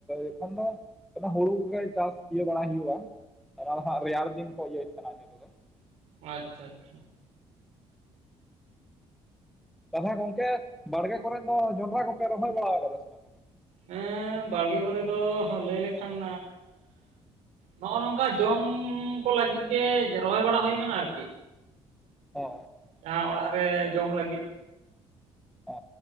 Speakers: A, in the centre; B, on the right.
A: ᱮᱠᱷᱚᱱ ᱫᱚ ᱦᱩᱲᱩ ᱠᱚᱜᱮ ᱪᱟᱥ ᱤᱭᱟᱹ ᱵᱟᱲᱟᱭ ᱦᱩᱭᱩᱜᱼᱟ ᱾ ᱚᱱᱟ ᱫᱚ ᱦᱟᱜ ᱨᱮᱭᱟᱨ ᱫᱤᱱ ᱠᱚ ᱛᱟᱦᱮᱱᱟ ᱠᱚ ᱫᱚ ᱾
B: ᱟᱪᱪᱷᱟ ᱟᱪᱪᱷᱟ ᱾
A: ᱛᱟᱦᱚᱞᱮ ᱜᱚᱝᱠᱮ ᱵᱟᱲᱜᱮ ᱠᱚᱨᱮ ᱫᱚ ᱡᱚᱸᱰᱨᱟ ᱠᱚᱯᱮ ᱨᱚᱦᱚᱭ ᱵᱟᱲᱟ ᱠᱟᱫᱟ ᱥᱮ ᱵᱟᱝ?
B: ᱦᱮᱸ ᱵᱟᱲᱜᱮ ᱠᱚᱨᱮ ᱫᱚ ᱞᱟᱹᱭ ᱞᱮᱠᱷᱟᱱ ᱱᱚᱜᱼᱱᱚᱝᱠᱟ ᱡᱚᱢ ᱠᱚ ᱞᱟᱹᱜᱤᱫ ᱜᱮ ᱨᱚᱦᱚᱭ ᱵᱟᱲᱟ ᱦᱩᱭ ᱟᱠᱟᱱᱟ ᱟᱨᱠᱤ ᱾
A: ᱦᱚ
B: ᱡᱟᱦᱟᱸ ᱚᱲᱟᱜ ᱨᱮ ᱡᱚᱢ ᱞᱟᱹᱜᱤᱫ ᱾
A: ᱚ